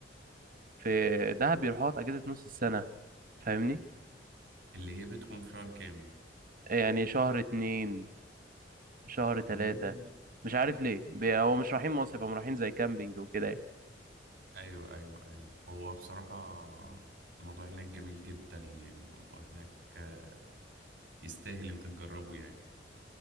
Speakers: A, on the right; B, on the right.
A: في دهب بيروحوها في أجازة نص السنة فاهمني؟
B: اللي هي بتكون في شهر كام
A: يعني شهر اتنين شهر
B: اتنين
A: ثلاثة مش عارف ليه بي- هو مش رايحين مصيف هم رايحين زي كامبينج وكده يعني
B: ايوه ايوه ايوه هو بصراحة الموضوع هناك جميل جدا يعني الموضوع هناك آه، يستاهل انت تجربه يعني